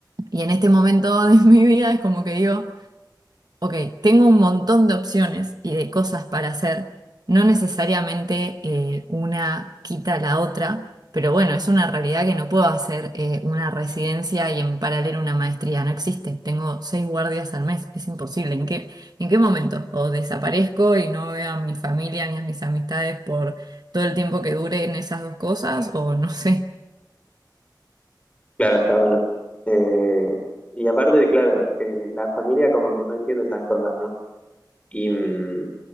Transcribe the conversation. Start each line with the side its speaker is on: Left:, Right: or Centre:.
Right: y en este momento de <laughs> mi vida es como que digo, Ok, tengo un montón de opciones y de cosas para hacer. No necesariamente eh, una quita la otra, pero bueno, es una realidad que no puedo hacer eh, una residencia y en paralelo una maestría. No existe. Tengo seis guardias al mes. Es imposible. ¿En qué, en qué momento? O desaparezco y no veo a mi familia ni a mis amistades por todo el tiempo que duren esas dos cosas, o no sé.
Left: Claro, está bueno. Eh, y aparte de, claro, eh, la familia como que no entiende esas cosas, ¿no? Y, mm,